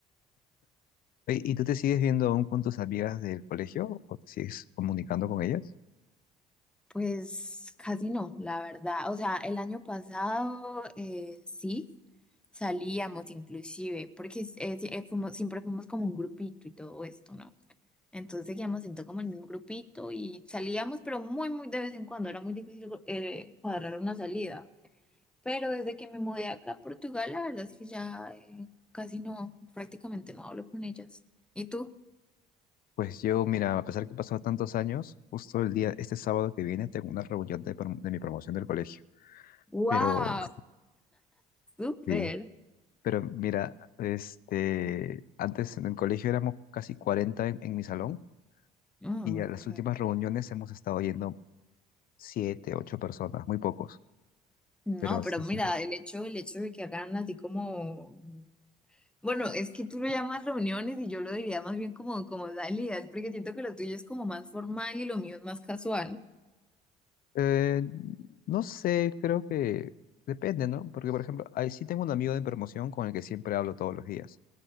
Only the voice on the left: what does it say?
Oye, ¿Y tú te sigues viendo aún con tus amigas del colegio o te sigues comunicando con ellas?
Pues yo, mira, a pesar que pasaron tantos años, justo el día, este sábado que viene, tengo una reunión de, prom- de mi promoción del colegio.
Pero <laughs>
sí, Pero mira, este, antes en el colegio éramos casi 40 en, en mi salón
y a
las últimas reuniones hemos estado yendo 7 8 personas, muy pocos. Pero
sí,
sí.
Eh, no sé, creo que depende, ¿no? Porque, por ejemplo, ahí sí tengo un amigo de promoción con el que siempre hablo todos los días.